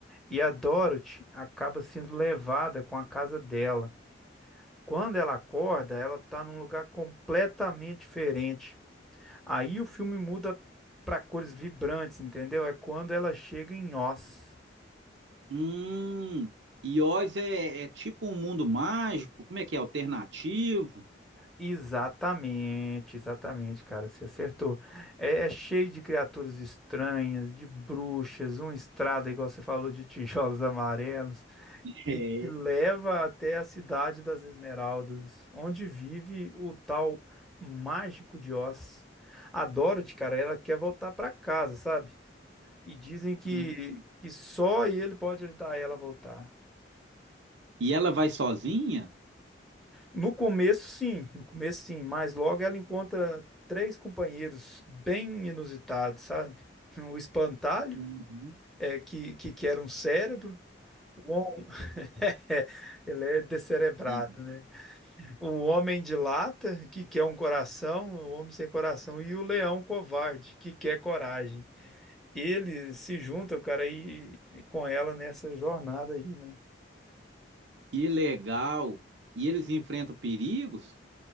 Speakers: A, in the centre; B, on the right.
A: e a Dorothy acaba sendo levada com a casa dela. Quando ela acorda, ela está num lugar completamente diferente. Aí o filme muda para cores vibrantes, entendeu? É quando ela chega em Oz.
B: Hum, e Oz é, é tipo um mundo mágico, como é que é? Alternativo?
A: Exatamente, exatamente, cara, você acertou. É, é cheio de criaturas estranhas, de bruxas, uma estrada, igual você falou, de tijolos amarelos, que,
B: É.
A: que leva até a cidade das Esmeraldas, onde vive o tal mágico de Oz. A Dorothy, cara, ela quer voltar pra casa, sabe? E dizem que,
B: Hum.
A: que só ele pode ajudar ela a voltar.
B: E ela vai sozinha?
A: No começo, sim, no começo, sim, mas logo ela encontra três companheiros bem inusitados, sabe? O espantalho,
B: Uhum.
A: é, que, que quer um cérebro, o homem, <laughs> é, ele é descerebrado,
B: E-
A: né? O homem de lata, que quer um coração, o homem sem coração, e o leão covarde, que quer coragem. Ele se junta, o cara, e, e com ela nessa jornada aí, né?
B: Que legal! E eles enfrentam perigos?